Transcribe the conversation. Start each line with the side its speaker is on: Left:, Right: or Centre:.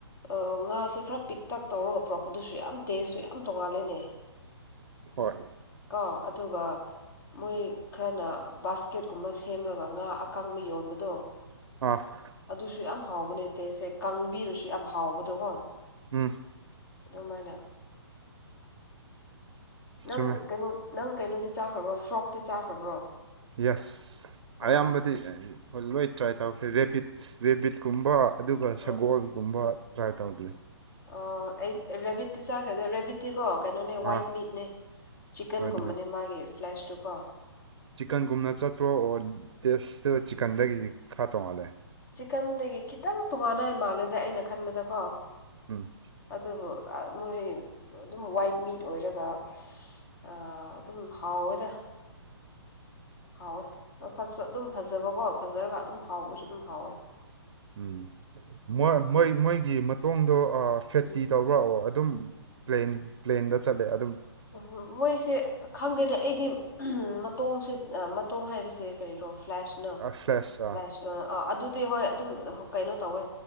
Left: ꯑꯣ ꯉꯥꯁꯦ ꯈꯔ ꯄꯤꯛ ꯇꯛ ꯇꯧꯔꯒ ꯄꯨꯔꯛꯄꯗꯨꯁꯨ ꯌꯥꯝ ꯇꯦꯁꯁꯨ ꯌꯥꯝ ꯌꯥꯝ ꯇꯣꯉꯥꯜꯂꯦꯅꯦ
Right: ꯍꯣꯏ
Left: ꯀꯣ ꯑꯗꯨꯒ ꯃꯣꯏ ꯈꯔꯅ ꯕꯥꯁꯀꯦꯠꯀꯨꯝꯕ ꯁꯦꯝꯔꯒ ꯉꯥ ꯑꯀꯪꯕ ꯌꯣꯟꯕꯗꯣ
Right: ꯑꯣꯐ
Left: ꯑꯗꯨꯁꯨ ꯌꯥꯝ ꯍꯥꯎꯕꯅꯦ ꯇꯦꯁꯁꯦ ꯀꯪꯕꯤꯔꯁꯨ ꯌꯥꯝ ꯍꯥꯎꯕꯗꯣꯀꯣ
Right: ꯎꯝ
Left: ꯑꯗꯨꯃꯥꯏꯅ ꯅꯪ
Right: ꯆꯨꯝꯃꯦ
Left: ꯀꯩꯅꯣ ꯅꯪ ꯀꯩꯅꯣꯗꯤ ꯆꯥꯈ꯭ꯔꯕ꯭ꯔꯣ ꯐ꯭ꯔꯣꯛꯇꯤ ꯆꯥꯈ꯭ꯔꯕ꯭ꯔꯣ
Right: ꯌꯦꯁ ꯑꯌꯥꯝꯕꯗꯤ
Left: ꯑ
Right: ꯍꯣꯏ ꯂꯣꯏ ꯇ꯭ꯔꯥꯏ ꯇꯧꯈ꯭ꯔꯦ ꯔꯦꯕꯤꯠꯁ ꯔꯦꯕꯤꯠꯀꯨꯝꯕ ꯑꯗꯨꯒ ꯁꯒꯣꯜꯒꯨꯝꯕ
Left: ꯑ
Right: ꯇ꯭ꯔꯥꯏ ꯇꯧꯗ꯭ꯔꯤ
Left: ꯑ ꯑꯩ ꯔꯦꯕꯤꯠꯇꯤ ꯆꯥꯈ꯭ꯔꯦꯗ ꯔꯦꯕꯤꯠ ꯇꯤꯀꯣ ꯀꯩꯅꯣꯅꯦ ꯋꯥꯏꯠ
Right: ꯑꯥ
Left: ꯃꯤꯠꯅꯦ ꯆꯤꯀꯟꯒꯨꯝꯕꯅꯦ
Right: ꯍꯣꯏ ꯑꯗꯨꯅꯦ
Left: ꯃꯥꯒꯤ ꯐ꯭ꯂꯦꯁꯇꯨ ꯀꯣ
Right: ꯆꯤꯛꯀꯟꯒꯨꯝꯅ ꯆꯠꯄ꯭ꯔꯣ ꯑꯣꯔ ꯇꯦꯁꯇ ꯆꯤꯛꯀꯟꯗꯒꯤ ꯈꯔ ꯇꯣꯡꯍꯥꯜꯂꯦ
Left: ꯆꯤꯛꯀꯟꯗꯒꯤ ꯈꯤꯇꯪ ꯇꯣꯡꯉꯥꯟꯅ ꯃꯥꯜꯂꯦꯗ ꯑꯩꯅ ꯈꯟꯕꯗꯀꯣ
Right: ꯎꯝ
Left: ꯑꯗꯨꯕꯨ ꯃꯣꯏ ꯑꯗꯨꯝ ꯋꯥꯏꯠ ꯃꯤꯠ ꯑꯣꯏꯔꯒ ꯑ ꯑꯗꯨꯝ ꯍꯥꯎꯋꯦꯗ ꯍꯥꯎꯋꯦ ꯃꯁꯛꯁꯨ ꯑꯗꯨꯝ ꯐꯖꯕꯀꯣ ꯐꯖꯔꯒ ꯑꯗꯨꯝ ꯍꯥꯎꯕꯁꯨ ꯑꯗꯨꯝ ꯍꯥꯎꯋꯦ
Right: ꯎꯝ ꯃꯣꯏ ꯃꯣꯏ ꯃꯣꯏꯒꯤ ꯃꯇꯣꯡꯗꯣ ꯐꯦꯠꯇꯤ
Left: ꯎꯝ
Right: ꯇꯧ ꯑꯣꯔꯥꯛꯑꯣ ꯑꯗꯨꯝ ꯄ꯭ꯂꯦꯟ ꯄ꯭ꯂꯦꯟꯗ ꯆꯠꯂꯦ ꯑꯗꯨꯝ
Left: ꯎ ꯃꯣꯏꯁꯦ ꯈꯪꯗꯦꯅꯦ ꯑꯩꯗꯤ ꯃꯇꯣꯡꯁꯦ ꯃꯇꯣꯡ ꯍꯥꯏꯕꯁꯦ ꯀꯔꯤꯔꯣ ꯐ꯭ꯂꯦꯁꯅ
Right: ꯐ꯭ꯔꯦꯁ
Left: ꯐ꯭ꯂꯦꯁ
Right: ꯑꯥ
Left: ꯑ ꯑꯗꯨꯗꯤ ꯍꯣꯏ ꯑꯗꯨꯝ ꯀꯩꯅꯣ ꯇꯧꯋꯦ